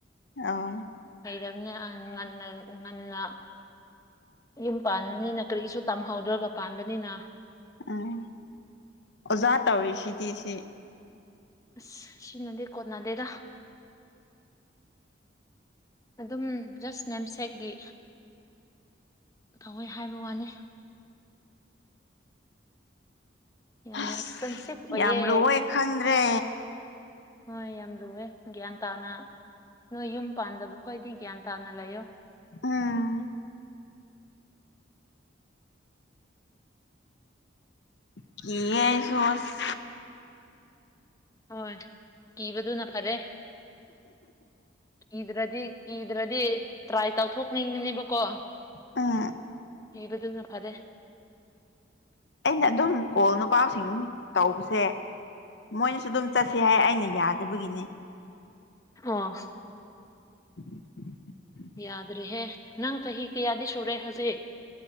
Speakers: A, on the left; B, on the left.
A: ꯑꫭ
B: ꯍꯩꯔꯝꯅꯦ ꯑ ꯉꯟꯅꯥ ꯉꯟꯅꯥ ꯌꯨꯝ ꯄꯥꯟꯕꯅꯤꯅ ꯀꯔꯤꯁꯨ ꯇꯝꯍꯧꯗ꯭ꯔꯥꯒ ꯄꯥꯟꯕꯅꯤꯅ
A: ꯑꯥ ꯑꯣꯖꯥ ꯇꯧꯔꯤꯁꯤꯗꯤ ꯁꯤ
B: ꯑꯁ ꯁꯤꯅꯗꯤ ꯀꯣꯟꯅꯗꯦꯗ ꯑꯗꯨꯝ ꯖꯁ꯭ꯠ ꯅꯦꯝꯁꯦꯛꯀꯤ ꯊꯧꯋꯦ ꯍꯥꯏꯕ ꯋꯥꯅꯦ ꯌꯥꯝ
A: ꯑꯁ
B: ꯑꯦꯛꯁꯄꯦꯟꯁꯤꯚ ꯑꯣꯏꯌꯦ
A: ꯌꯥꯝ ꯂꯨꯋꯦ ꯈꯪꯗ꯭ꯔꯦ꯫
B: ꯍꯣꯏ ꯌꯥꯝ ꯂꯨꯋꯦ ꯒ꯭ꯌꯥꯟ ꯇꯥꯅ ꯅꯣꯏ ꯌꯨꯝ ꯄꯥꯟꯗꯕ ꯈꯣꯏꯗꯤ ꯒ꯭ꯌꯥꯟ ꯇꯥꯅ ꯂꯩꯌꯣ
A: ꯎꯝ꯫ ꯀꯤꯌꯦ ꯑꯩꯁꯨ ꯑꯁ
B: ꯍꯣꯏ ꯀꯤꯕꯗꯨꯅ ꯐꯔꯦ ꯀꯤ ꯗ꯭ꯔꯥꯗꯤ ꯀꯤꯗ꯭ꯔꯥꯗꯤ ꯇ꯭ꯔꯥꯏ ꯇꯧꯊꯣꯛꯅꯤꯡꯕꯅꯦꯕꯀꯣ
A: ꯎꯝ꯫
B: ꯏꯕꯥꯗꯨꯅ ꯐꯥꯔꯦ
A: ꯑꯩꯅ ꯑꯗꯨꯝ ꯀꯣꯜ ꯅꯨꯄꯥꯁꯤꯡ ꯇꯧꯕꯁꯦ ꯃꯣꯏꯅꯁꯨ ꯑꯗꯨꯝ ꯆꯠꯁꯤ ꯍꯥꯏ ꯑꯩꯅ ꯌꯥꯗꯕꯒꯤꯅꯦ
B: <unintelligible>
A: <inaudible>
B: ꯌꯥꯗ꯭ꯔꯦꯍꯦ ꯅꯪ ꯆꯍꯤ ꯀꯌꯥꯗꯤ ꯁꯨꯔꯦ ꯍꯧꯖꯤꯛ